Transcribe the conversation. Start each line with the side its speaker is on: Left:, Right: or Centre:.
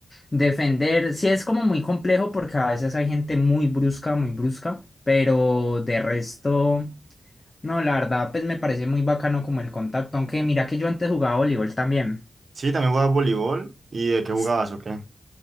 Left: Defender, sí es como muy complejo porque a veces hay gente muy brusca, muy brusca, pero de resto, no, la verdad, pues me parece muy bacano como el contacto, aunque mira que yo antes jugaba voleibol también.
Right: Sí, también jugabas voleibol. ¿Y de qué jugabas
Left: S-
Right: o qué?